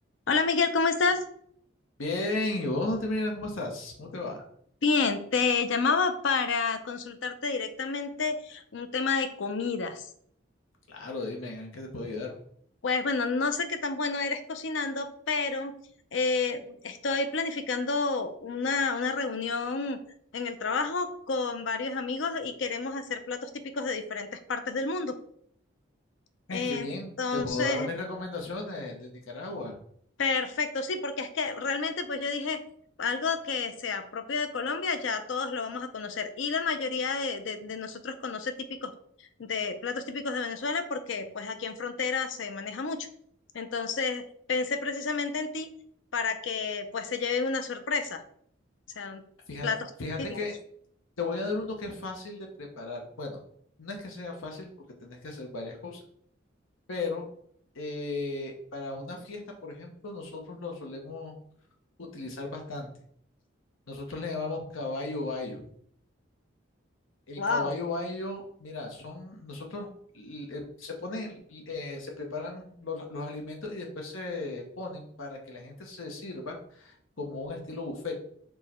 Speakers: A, on the left; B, on the left.
A: Hola Miguel, ¿cómo estás?
B: Bien, ¿y vos, Termina, cómo estás? ¿Cómo te va?
A: Bien, te llamaba para consultarte directamente un tema de comidas.
B: Claro, dime, ¿en qué te puedo ayudar?
A: Pues bueno, no sé qué tan bueno eres cocinando, pero eh, estoy planificando una, una reunión en el trabajo con varios amigos y queremos hacer platos típicos de diferentes partes del mundo. Entonces,
B: Ay, qué bien, te puedo dar mis recomendaciones de Nicaragua.
A: Perfecto, sí, porque es que realmente pues yo dije algo que sea propio de Colombia, ya todos lo vamos a conocer y la mayoría de, de- de nosotros conoce típicos de platos típicos de Venezuela porque pues aquí en frontera se maneja mucho. Entonces pensé precisamente en ti para que pues se lleven una sorpresa, o sea,
B: Fíjate,
A: platos
B: fíjate
A: típicos.
B: que te voy a dar uno que es fácil de preparar. Bueno, no es que sea fácil porque tenés que hacer varias cosas, pero eh, para una fiesta, por ejemplo, nosotros lo solemos utilizar bastante. Nosotros le llamamos caballo bayo. El
A: Wow,
B: caballo bayo, mira, son nosotros, l- eh, se ponen, eh, se preparan los, los alimentos y después se ponen para que la gente se sirva como un estilo buffet.